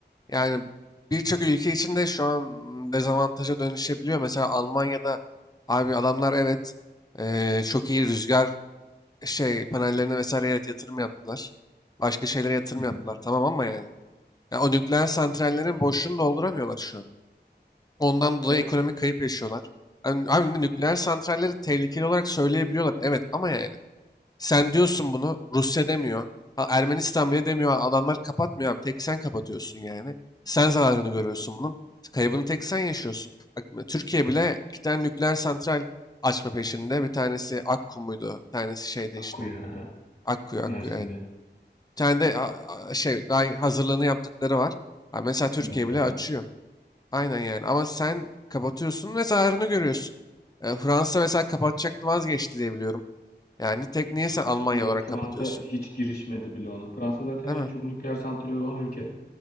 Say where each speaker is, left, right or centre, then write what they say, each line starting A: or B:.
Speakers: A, on the left (about 20°); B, on the left (about 55°).
A: Yani birçok ülke için de şu an dezavantaja dönüşebiliyor. Mesela Almanya'da abi adamlar evet eee, çok iyi rüzgar şey panellerine vesaire evet yatırım yaptılar. Başka şeylere yatırım
B: Hı hı.
A: yaptılar. Tamam ama yani. Ya o nükleer santrallerin boşluğunu dolduramıyorlar şu an. Ondan dolayı
B: Ya
A: ekonomik
B: ç-
A: kayıp yaşıyorlar. Yani, abi nükleer santralleri tehlikeli olarak söyleyebiliyorlar. Evet ama yani. Sen diyorsun bunu. Rusya demiyor. Ha, Ermenistan bile demiyor. Adamlar kapatmıyor abi. Tek sen kapatıyorsun yani. Sen zararını görüyorsun bunun. Kaybını tek sen yaşıyorsun. Bak, Türkiye bile iki tane nükleer santral açma peşinde. Bir tanesi Akku muydu? Bir tanesi şeyde
B: akıyor
A: işte. Akkuyu, Akkuyu
B: <laughs>
A: evet.
B: Mersin'de.
A: Bir tane de a- a- şey daha hazırlığını yaptıkları var. Ha, mesela Türkiye
B: Sinop'ta
A: bile
B: o
A: açıyor.
B: da.
A: Aynen yani. Ama sen kapatıyorsun ve zararını görüyorsun. E, Fransa mesela kapatacaktı vazgeçti diye biliyorum. Yani tek niye sen Almanya
B: Yok
A: olarak
B: Fransa
A: kapatıyorsun?
B: hiç girişmedi bile ona. Fransa zaten
A: Değil
B: en
A: mi?
B: çok nükleer santrali olan ülke.